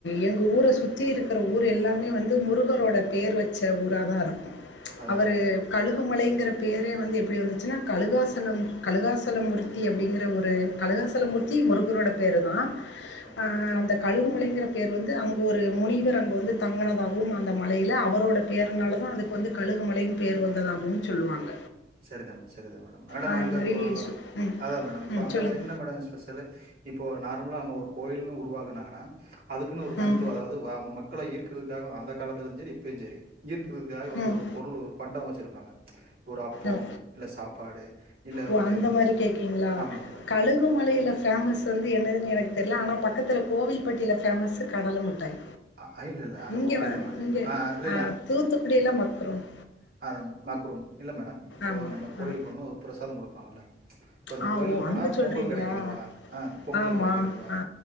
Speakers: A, on the left; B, on the right.
A: எங் ஊர சுத்தி இருக்கிற ஊர் எல்லாமே வந்து முருகரோட பேர் வச் ச்ச ஊரா தா இருக்கு
B: அதா
A: அவரு
B: அதா மேடம்
A: கழுகுமலைங்கிற பேரே வந்து எப்படி வந்துச்சுன்னா கழுகாசலம் கழுகாசலம் மூர்த்தி அப்படிங்க ற ஒரு கலகாசலம் மூர்த்தி முருகரோட பேரு தா
B: கண்டிப்பா
A: அ அந்த கழுகுமலைங்கிற பேர் வந்து அங்க ஒரு முனிவர் அங்க வந்து தங்கனதாகவும் அந்த மலையில அவரோட பேர்னால தா அதுக்கு வந்து கழுகு மலைன் பேர் வந்ததாகவு சொல்லுவாங்க
B: சரிதா மே சரிதா மேடம் மேடம்
A: அது
B: அங்க
A: மாரி
B: இப்போ
A: சு ம்
B: அதா மேடம் இப்ப
A: ம்
B: அங்க
A: சொல்லுங்க
B: என்ன மேடம் ஸ்பெஷல்லு இப்போ நார்மல்லா நம்ம ஒரு கோயில்ன்னு உருவாகுனாங்கன்னா அதுக்குன்ன ஒரு தனித்துவ
A: ம்
B: அதாவ து வ அவங்க மக்களை ஈர்க்கிறக்காவு அந்த காலத்துலியு செரி இப்பையு செரி ஈர்க்குறக்காக வந்து
A: ம்
B: ஒரு பொருள் ஒரு பண்டவோ வச்சிருப்பாங்க ஒரு அப்போ
A: ஓகே
B: இல்ல சாப்பாடு இல்ல
A: ஓ
B: ஒரு
A: அந்த மாரி கேக்கிங்களா
B: ஆமா மேடம்.
A: கழு கு மலையில ஃபேமஸ்சு வந்து என்னதுன் எனக் தெரில ஆனா பக்கத்தில கோவில்பட்டியில ஃபேமஸ்சு கடல முட்டாய்
B: அ இல்ல, இல்ல.
A: இங்க
B: ஓகே
A: வா
B: தான் மேடம்.
A: இங்க
B: ஆ இல்ல,
A: அ தூத்துக்குடியில மக்குறுன்
B: அதாம் மக்ரூன் இல்ல மேடம் இப்போ
A: ஆமா
B: நம்ம கோயிலுக்
A: ஆ
B: போனா பிரசாதம் குடுப்பாங்கல்ல இப்ப இந்த
A: ஆ
B: கோயிலுக்
A: ஓ
B: போனா
A: அங்க
B: பொங்கல்
A: சொல்றீங்களா
B: கிடைக்குதுப்பா ஆ பொங்கல்
A: ஆமா
B: கிடைக்குதுபா
A: ஆ